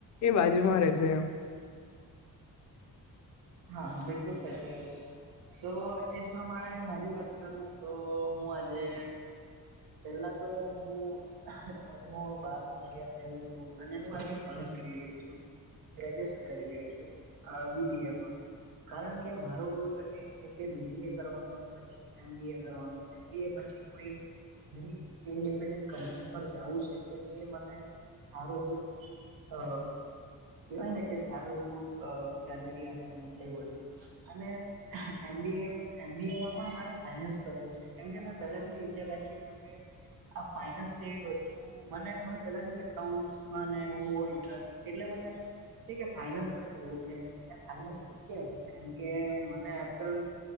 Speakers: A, on the left; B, on the right.
A: એ બાજુમાં રહેશે એમ
B: હા બિલકુલ સાચી વાત તો એજ પ્રમાણે મારી વાત કરું તો હું આજે. પેલા તો હું દસમ બારમ ક્લયર કર્યું હતું અને હું કોલેજ કરી રહ્યો છુ. ગ્રેજ્યુએશન કરી રહ્યો છું બીબી એમાં. કારણ કે માર ભૂલ તો એજ છે કે બીબી એ કરવાનું પછી એમ બી એ કરવાનું. એબી એ પછી કોઈ <unintelligible> પર જવું છે કે જે મને સારું અ કવાય ને કે સારું એવું અ સેલરી આપે ને એ બધું અને એમ બી એ એમ બી એમાં પણ મારે ફાઈનાન્સ કરવું છે કેમકે મેં પહેલાથી વિચાર રાખ્યું હતું કે આ ફાઈનાન્સ જેવી વસ્તુ મને મને પેલાથી એકાઉન્ટ્સ મા ને એવામાં બો ઇન્ટરેસ્ટ એટલે મ એ કે ફાઈનાન્સ જ કરવું છે ત્યા ફાઈનાન્સ જ કેમ કેમકે મને આજકાલ